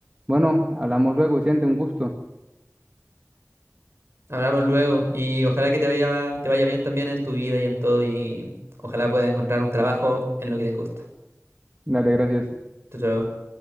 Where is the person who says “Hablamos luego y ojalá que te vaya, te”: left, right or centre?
Right